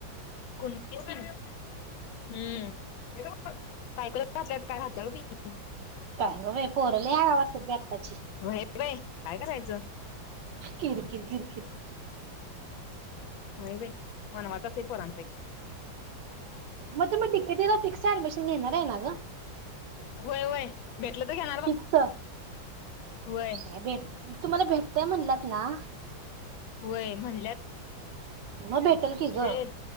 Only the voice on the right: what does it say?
काय ग पोर लई आ वासतात बई आत्ताची.
किर किर किर किर
मग तुम्ही डीकेटीला फिक्स ऍडमिशन घेणार आहे ना ग
फिक्स
काय भेट मी तुम्हाला भेटतय म्हणलात ना.
म भेटल कि ग.